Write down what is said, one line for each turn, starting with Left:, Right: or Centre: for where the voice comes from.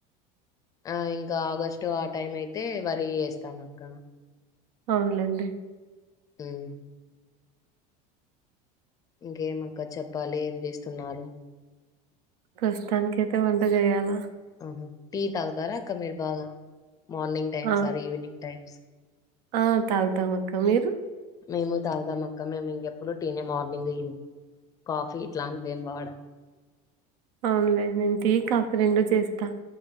Left: ఆ ఇంకా ఆగస్టు ఆ టైం అయితే వరి ఏస్తాం అక్క
Right: అవ్న్ లేండి
Left: ఉమ్ ఇంకేమక్క చెప్పాలి ఏం చేస్తున్నారు
Right: ప్రస్తానికైతే వంట చేయ్యాల
Left: ఆహ టీ తాగ్తారా అక్క మీరు బాగా మార్నింగ్ టైమ్స్
Right: ఆ
Left: ఆర్ ఈవినింగ్ టైం
Right: ఆ తాగ్తాం అక్క మీరు
Left: మేమ్ తాగం అక్క మేము ఇంగెప్పుడు టీనే మార్నింగ్ ఈవినింగ్ కాఫీ ఇట్లాంటివి ఏమ్ వాడ
Right: అవ్న్ లే నేన్ టీ కాఫీ రెండు చేస్తా